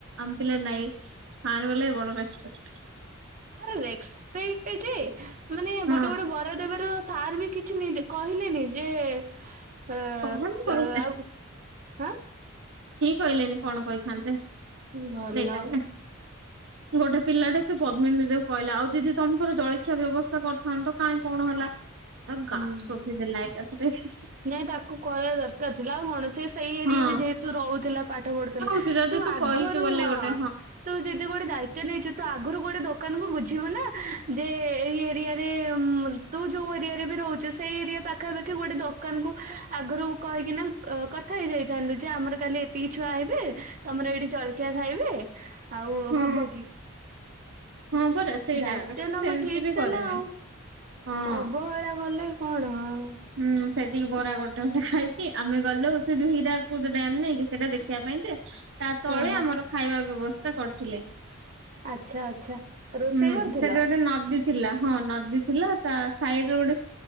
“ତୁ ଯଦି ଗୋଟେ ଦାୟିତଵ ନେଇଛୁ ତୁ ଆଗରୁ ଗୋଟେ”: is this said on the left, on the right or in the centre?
Right